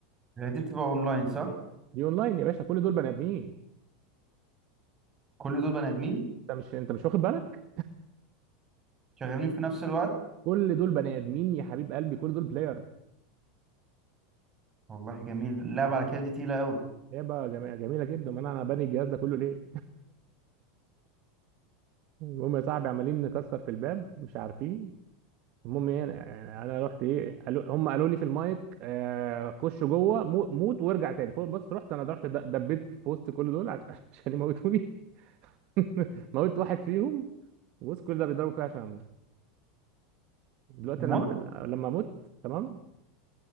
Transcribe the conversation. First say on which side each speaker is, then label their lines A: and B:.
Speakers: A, on the right; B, on the right.
A: هي دي بتبقى اونلاين صح
B: دي اونلاين يا باشا كل دول بني ادمين
A: كل دول بني ادمين
B: انت مش انت مش واخد بالك
A: شغالين في نفس الوقت
B: كل دول بني ادمين يا حبيب قلبي كل دول بلايرز
A: والله جميل اللعبة على كده دي تقيلة قوي
B: لعبه جميله جميله جدا امال انا انا باني الجهاز ده كله ليه <laughs> المهم يا صاحبي عمالين نكسر في الباب مش عارفين المهم ايه انا يعني انا رحت ايه قالوا هم قالوا لي في المايك آه خش جوه مو- موت وارجع تاني فوق بس رحت انا رحت د- دبيت في وسط كل دول عش- <laughs> عشان يموتوني <laughs> موت واحد فيهم وسط كل ده بيضربوا فيا عشان اموت دلوقتي
A: موت
B: أنا لما لما اموت تمام